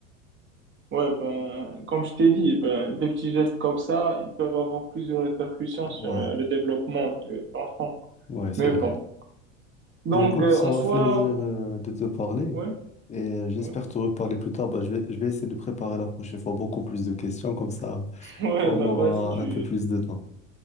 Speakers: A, on the right; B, on the left.
A: Ouais, ben, comme je t'ai dit, ben, des petits gestes comme ça, ils peuvent avoir plus de répercussions sur
B: Ouais.
A: euh, le développement de l'enfant.
B: Ouais, c'est
A: Mais
B: vrai.
A: bon. Donc,
B: Ben écoute,
A: euh,
B: ça
A: en
B: m'a
A: soi,
B: fait plaisir euh, de te parler
A: ouais,
B: et euh, j'espère
A: ouais,
B: te reparler plus tard. Ben, je vais, je vais essayer de préparer la prochaine fois beaucoup plus de questions, comme ça
A: <laughs> ouais,
B: on
A: ben,
B: aura
A: vas-y, tu,
B: un peu plus de temps.